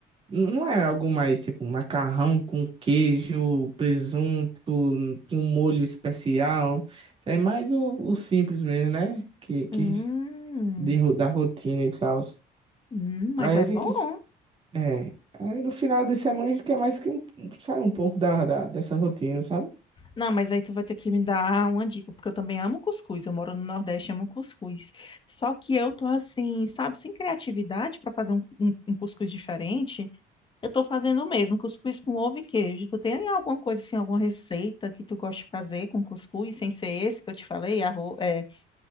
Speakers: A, on the right; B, on the left.
A: n- Não é algo mais tipo macarrão com queijo, presunto, com um molho especial. É mais o, o simples mesmo, né? Que, que
B: Hum,
A: de, ro- da rotina e tal.
B: hum, mas
A: Aí
B: é
A: a gente,
B: bom.
A: é, aí no final de semana a gente quer mais que um- sair um pouco da, da- dessa rotina, sabe?
B: Não, mas aí tu vai ter que me dar uma dica, porque eu também amo cuscuz. Eu moro no Nordeste, amo cuscuz. Só que eu tô assim, sabe, sem criatividade pra fazer um, um- um cuscuz diferente. Eu tô fazendo o mesmo, cuscuz com ovo e queijo. Tu tem alguma coisa assim, alguma receita que tu gosta de fazer com cuscuz, sem ser esse que eu te falei, arroz, é,